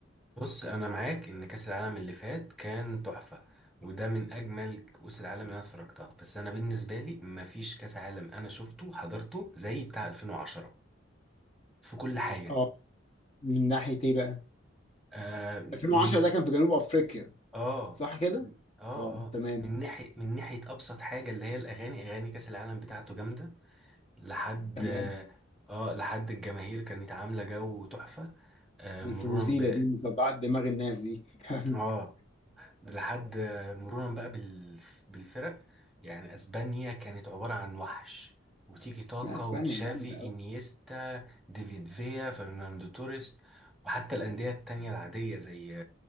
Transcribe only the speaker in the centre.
بص انا معاك ان كاس العالم اللي فات كان تحفه وده من اجمل كؤوس العالم اللي انا اتفرجتها بس انا بالنسبه لي مفيش كاس عالم انا شفته حضرته زي بتاع 2010 في كل حاجه
آه
من
اه
اه
اه
من ناحيه من ناحيه ابسط حاجه اللي هي الاغاني اغاني كاس العالم بتاعته جامده لحد
اه لحد الجماهير كانت عامله جو تحفه آه مرورا
ب
اه لحد مرورا بقى بال- بالفرق يعني اسبانيا كانت عباره عن وحش وتيكي تاكا
وتشافي
انيستا ديفيد فيا فرناندو توريس وحتى الانديه التانية العاديه زي